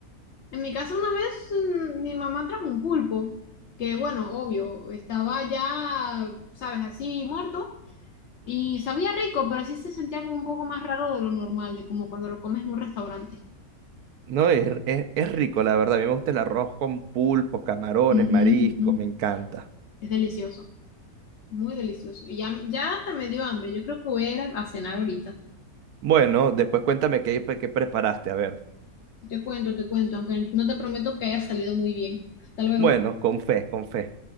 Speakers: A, on the left; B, on the right.
A: En mi casa una vez mm, mi mamá trajo un pulpo, que bueno, obvio, estaba ya, sabes, así muerto y sabía rico, pero sí se sentía como un poco más raro de lo normal, de como cuando lo comes en un restaurante.
B: No, es, es, es rico, la verdad. A mí me gusta el arroz con pulpos, camarones,
A: Ujú,
B: mariscos,
A: ujú.
B: me encanta.
A: Es delicioso. Muy delicioso. Y ya, ya hasta me dio hambre. Yo creo que voy a ir a a cenar ahorita.
B: Bueno, después cuéntame qué, qué preparaste. A ver.
A: Te cuento, te cuento, aunque no te prometo que haya salido muy bien. Hasta luego.
B: Bueno, con fe, con fe.